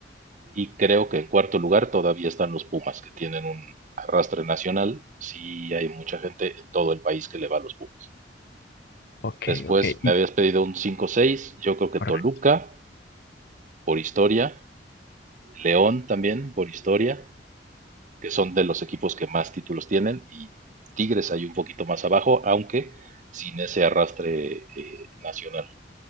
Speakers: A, on the right (about 45°); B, on the left (about 60°).
A: Y creo que en cuarto lugar todavía están los Pumas, que tienen un arrastre nacional. Sí hay mucha gente en todo el país que le va a los Pumas.
B: ok,
A: Después
B: ok.
A: me
B: y-
A: habías pedido un cinco seis. Yo creo que
B: correcto.
A: Toluca, por historia. León también, por historia. Que son de los equipos que más títulos tienen. Y Tigres hay un poquito más abajo, aunque sin ese arrastre eh, nacional.